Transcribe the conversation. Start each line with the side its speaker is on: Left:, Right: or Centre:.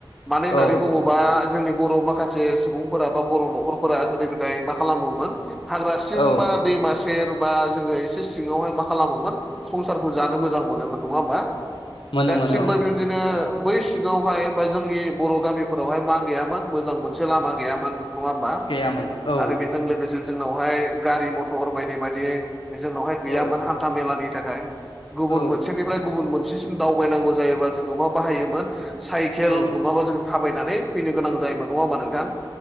Centre: मानो होननानै
Left: औ
Centre: बुङोबा जोंनि बर' माखासे सुबुंफोरा बा बर' न'खरफोरा गोदो गोदाय मा खालामोमोन हाग्रा सिं
Left: औ
Centre: बा दैमा सेर बा जोङो एसे सिङावहाय मा खालामोमोन संसारखौ जानो मोजां मोनोमोन नङा होमबा?
Left: मोनोमोन
Centre: दा थिग
Left: औ
Centre: बा बिबदिनो बै सिगावहाय बा जोंनि बर' गामिफोरावहाय मा गैयामोन? मोजां मोनसे लामा गैयामोन नङा होमबा
Left: गैयामोन औ
Centre: आरो बेजों लोगोसे जोंनावहाय गारि मथर बायदि बायदि जोंनावहाय गैयामोन
Left: औ
Centre: हान्था मेलानि थाखाय। गुबुन
Left: औ
Centre: मोनसेनिफ्राय गुबुन मोनसेसिम दावबायनांगौ जायोबा जोङो मा बाहायोमोन? साइखेल
Left: औ
Centre: नङाबा जों थाबायनानै फैनो गोनां जायोमोन नङा होमबा नोंथां?